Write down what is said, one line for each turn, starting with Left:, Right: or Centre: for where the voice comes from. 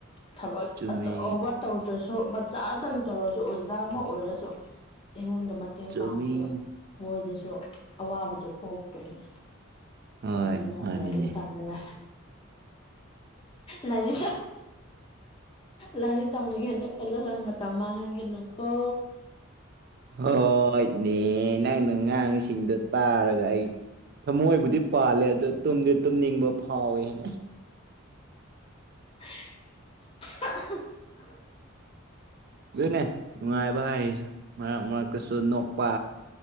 Left: ꯊꯕꯛ
Right: ꯆꯨꯝꯃꯤ
Left: ꯑꯆꯧꯕ ꯇꯧꯗ꯭ꯔꯁꯨ ꯃꯆꯥꯗꯪ ꯇꯧꯔꯁꯨ ꯑꯣꯖꯥ ꯑꯃ
Right: ꯎꯝ
Left: ꯑꯣꯏꯔꯒꯁꯨ ꯏꯃꯨꯡꯗ ꯃꯇꯦꯡ
Right: ꯆꯨꯝꯃꯤ
Left: ꯄꯥꯡꯕꯗꯨ ꯃꯣꯏꯗꯁꯨ ꯑꯣ ꯑꯋꯥꯕꯗꯣ ꯀꯣꯛꯇꯣꯏꯅꯦ
Right: ꯍꯣꯏ
Left: ꯑꯗꯨꯅ
Right: ꯃꯥꯅꯤꯅꯦ
Left: ꯂꯥꯏꯔꯤꯛ ꯇꯝꯂꯦ ꯂꯩꯔꯤꯛ ꯂꯥꯏꯔꯤꯛ ꯇꯝꯅꯤꯡꯉꯩꯗ ꯐꯖ ꯐꯖꯕ ꯃꯇꯝ ꯃꯥꯡꯍꯟꯒꯅꯨꯀꯣ
Right: ꯍꯣꯏꯅꯦ ꯅꯪꯅ ꯉꯥꯡꯉꯤꯁꯤꯡꯗꯣ ꯇꯥꯔꯒ ꯑꯩ ꯊꯃꯣꯏꯕꯨꯗꯤ ꯄꯥꯜꯂꯦ ꯑꯗꯨꯗꯣ ꯇꯨꯝꯗꯤ ꯇꯨꯝꯅꯤꯡꯕ ꯐꯥꯎꯋꯦꯍꯦ
Left: <unintelligible>
Right: ꯑꯗꯨꯅꯦ ꯅꯨꯡꯉꯥꯏꯕ ꯍꯥꯏꯔꯤꯁ ꯃꯔꯛ ꯃꯔꯛꯇꯁꯨ ꯅꯣꯛꯄꯥ